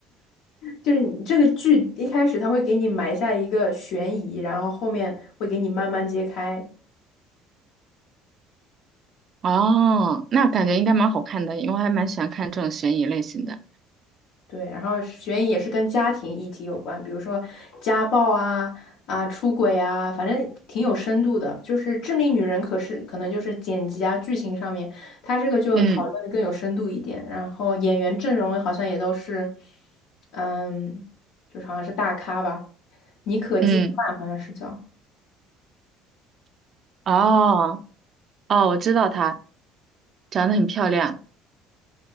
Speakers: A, on the left; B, on the right.
A: 就是你这个剧一开始它会给你埋下一个悬疑，然后后面会给你慢慢揭开，
B: 哦，那感觉应该蛮好看的，因为我还蛮喜欢看这种悬疑类型的。
A: 对，然后悬疑也是跟家庭议题有关，比如说家暴啊、啊出轨啊，反正挺有深度的。就是《致命女人》，可是可能就是剪辑啊、剧情上面，它这个就讨论的更有深度一点。
B: 嗯
A: 然后演员阵容好像也都是，嗯，就是好像是大咖吧，妮可基德曼好像是叫，
B: 嗯，哦哦，我知道她长得很漂亮。